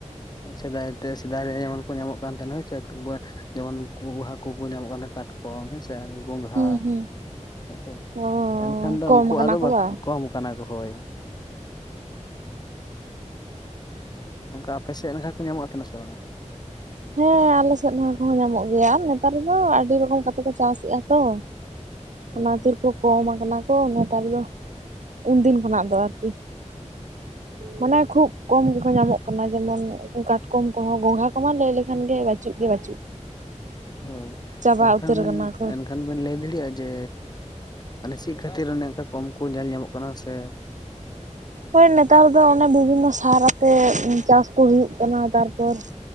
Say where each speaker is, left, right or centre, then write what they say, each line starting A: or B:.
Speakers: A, on the left (about 35°); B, on the right (about 75°).
A: ᱥᱮᱫᱟᱭ ᱛᱮ ᱥᱮᱫᱟᱭ ᱨᱮ ᱮᱢᱚᱱ ᱠᱚ ᱧᱟᱢᱚᱜ ᱠᱟᱱ ᱛᱟᱦᱮᱱᱟ ᱾ᱦᱚᱭ ᱥᱮ ᱡᱮᱢᱚ ᱱᱩᱠᱩ ᱦᱟᱹᱠᱩ ᱠᱚ ᱧᱟᱢᱚᱜ ᱠᱟᱱᱟ᱾ ᱠᱟᱴᱠᱚᱢ ᱦᱮ ᱸᱥᱮ ᱵᱚᱝᱜᱽᱷᱟ
B: ᱦᱩᱸ ᱦᱩᱸ
A: ᱦᱮᱸ ᱥᱮ
B: ᱚ
A: ᱮᱱᱠᱷᱟᱱ ᱫᱚ
B: ᱠᱚᱢ
A: ᱩᱱᱠᱩᱣᱟ-ᱜ
B: ᱠᱟᱱᱟ
A: ᱟᱫᱚ
B: ᱠᱚ
A: ᱵᱟ
B: ᱵᱟᱝ
A: ᱠᱚᱢ ᱠᱟᱱᱟ ᱠᱚ ᱦᱚᱭ᱾ ᱱᱚᱝᱠᱟ ᱟᱯᱮ ᱥᱮᱫ ᱞᱮᱠᱟ ᱠᱚ ᱧᱟᱢᱚᱜ ᱥᱮ ᱵᱟᱝ?
B: ᱦᱮᱸ ᱟᱞᱮ ᱥᱮᱫ ᱱᱚᱣᱟ ᱠᱚ ᱦᱚᱸ ᱧᱟᱢᱚᱜ ᱜᱮᱭᱟ ᱾ ᱱᱮᱛᱟᱨ ᱫᱚ ᱟᱹᱰᱤ ᱨᱚᱠᱚᱢ ᱠᱟᱛᱮ ᱠᱚ ᱪᱟᱥᱮᱫᱼᱟ ᱛᱚ᱾
A: ᱦᱳᱭ
B: ᱚᱱᱟᱛᱮᱠᱚ
A: ᱦᱳᱭ
B: ᱠᱚᱢ ᱠᱟᱱᱟ ᱠᱚ, ᱱᱮᱛᱟᱨ ᱫᱚ ᱩᱱᱫᱤᱱ ᱠᱷᱚᱱᱟᱜ ᱫᱚ ᱟᱨᱠᱤ ᱢᱟᱱᱮ ᱠᱷᱩᱵ ᱠᱚᱢ ᱜᱮ ᱠᱚ ᱧᱟᱢᱚᱜ ᱠᱟᱱᱟ ᱾ ᱡᱮᱢᱚᱱ ᱩᱱᱠᱩ ᱠᱟᱴᱠᱚᱢ ᱠᱚᱼᱦᱚᱸ ᱜᱚᱸᱝᱷᱽᱟ ᱠᱚᱢᱟ ᱞᱟᱹᱭ ᱞᱮ ᱠᱷᱟᱱ ᱜᱮ ᱵᱟᱹᱪᱩᱜ ᱜᱮ, ᱵᱟᱹᱪᱩᱜ
A: ᱦᱚᱭ
B: ᱪᱟᱵᱟ
A: ᱢᱮᱱ
B: ᱩᱛᱟᱹᱨ
A: ᱠᱷᱟᱱ᱾
B: ᱟᱠᱟᱱᱟ ᱠᱚ
A: ᱠᱷᱟᱱ ᱵᱮᱱ ᱞᱟᱹᱭ ᱫᱟᱲᱮᱭᱟᱜᱼᱟ ᱾ᱡᱮ ᱢᱟᱱᱮ ᱪᱮᱫ ᱠᱷᱟᱹᱛᱤᱨ ᱚᱱᱮ ᱚᱱᱠᱟ ᱠᱚᱢ ᱠᱚ ᱧᱮᱞ ᱧᱟᱢᱚᱜ ᱠᱟᱱᱟ? ᱥᱮ
B: ᱦᱳᱭ ᱱᱮᱛᱟᱨ ᱫᱚ, ᱚᱱᱮ ᱵᱤᱵᱷᱤᱱᱚ ᱥᱟᱨ ᱟᱛᱮ ᱪᱟᱥ ᱠᱚ ᱦᱩᱭᱩᱜ ᱟᱱᱟ ᱛᱟᱨᱯᱚᱨ